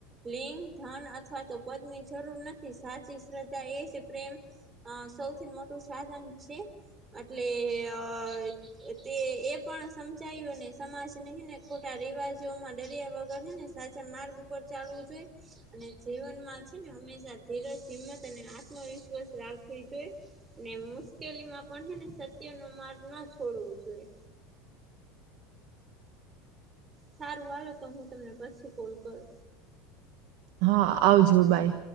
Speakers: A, on the right; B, on the right.
A: લિંગ ધન અથવા તો પદની જરૂર નથી સાચી શ્રદ્ધા એ જ પ્રેમ અ સૌથી મોટું સાધન છે એટલે અ તે એ પણ સમજાયું ને સમાજને હેને ખોટા રિવાજોમાં દરિયા વગર હે ને સાચા માર્ગ ઉપર ચાલવું જોઈએ. અને જીવનમાં છે ને હંમેશા ધીરજ હિંમત અને આત્મવિશ્વાસ રાખવી જોઈ. અને મુશ્કેલીમાં પણ હેને સત્ય નો માર્ગ ન છોડવો જોઈએ. સારું હાલો તો હું તમને પછી કોલ કરું.
B: હા આવજો બાઈ.